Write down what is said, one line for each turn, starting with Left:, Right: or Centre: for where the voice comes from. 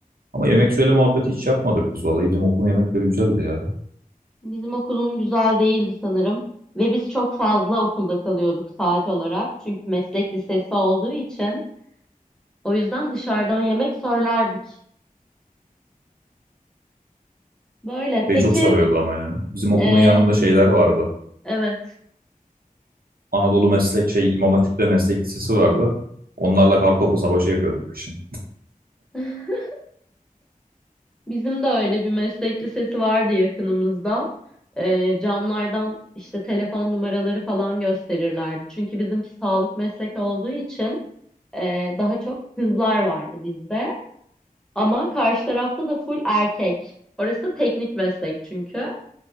Right: Ama yemek söyle muhabbeti hiç yapmadık biz vallahi. Bizim okulun yemekleri güzeldi ya.
Centre: Bizim okulun güzel değildi sanırım ve biz çok fazla okulda kalıyorduk saat olarak. Çünkü meslek lisesi olduğu için o yüzden dışarıdan yemek söylerdik. Böyle
Right: Şey
Centre: peki
Right: çok sarıyordu ama ya. Bizim okulun
Centre: e,
Right: yanında şeyler vardı.
Centre: evet
Right: Anadolu Meslek şey İmam Hatip ve Meslek Lisesi vardı. Onlarla kartopu savaşı yapıyorduk kışın.
Centre: <laughs> bizim de öyle bir meslek lisesi vardı yakınımızda. E, camlardan işte telefon numaraları falan gösterirlerdi. Çünkü bizimki sağlık meslek olduğu için e, daha çok kızlar vardı bizde. Ama karşı tarafta da full erkek. Orası da teknik meslek çünkü.